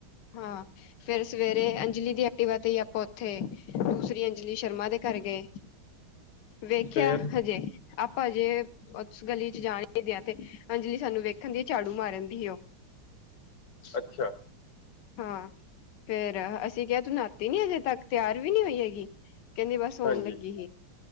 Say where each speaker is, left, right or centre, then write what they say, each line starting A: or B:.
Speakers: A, on the left (about 65°); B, on the left (about 80°).
A: ਹਾਂ, ਫਿਰ ਸਵੇਰੇ ਅੰਜਲੀ ਦੀ ਐਕਟੀਵਾ ਤੇ ਹੀ ਆਪਾਂ ਉੱਥੇ ਦੂਸਰੀ ਅੰਜ- ਲੀ ਸ਼ਰਮਾ ਦੇ ਘਰ ਗਏ ਵੇਖਿਆ
B: ਫੇਰ
A: ਹਜੇ ਆਪਾਂ ਜੇ ਉਸ ਗਲੀ ਚ ਜਾਣੀਦੇ ਹ ਤੇ ਅੰਜਲੀ ਸਾਨੂੰ ਵੇਖਣ ਦੀ ਝਾੜੂ ਮਾਰਨ ਦੀ ਸੀ ਉਹ।
B: ਅੱਛਾ।
A: ਹਾਂ ਫਿਰ ਅਸੀਂ ਕਿਹਾ ਤੂੰ ਨਹਾਤੀ ਨੀ ਅਜੇ ਤੱਕ, ਤਿਆਰ ਵੀ ਨਹੀ ਹੋਈ ਹੈਗੀ। ਕਹਿੰਦੀ ਬਸ ਹੋਣ
B: ਹਾਂਜੀ
A: ਲੱਗੀ ਸੀ